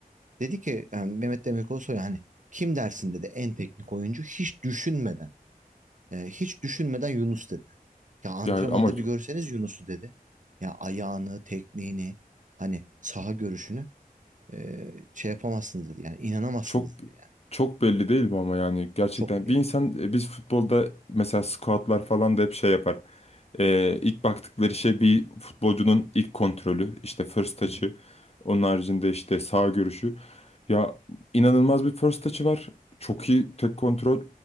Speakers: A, on the right; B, on the left.
A: Dedi ki yani Mehmet Demirkol soruyor hani kim dersin dedi en teknik oyuncu hiç düşünmeden. Yani hiç düşünmeden Yunus dedi. Ya antrenmanda
B: Yani ama
A: bir görseniz Yunus'u dedi. Ya ayağını, tekniğini, hani saha görüşünü. e, şey yapamazsınız dedi. Yani inanamazsınız
B: çok
A: dedi yani.
B: çok belli değil mi ama yani gerçekten
A: Çok belli.
B: bir insan e, biz futbolda mesela scoutlar falan da hep şey yapar. Ee, ilk baktıkları şey bir futbolcunun ilk kontrolü işte first touch'ı
A: Hı hı.
B: onun haricinde işte sağ görüşü. Ya inanılmaz bir first touch'ı var. Çok iyi tek kontrol,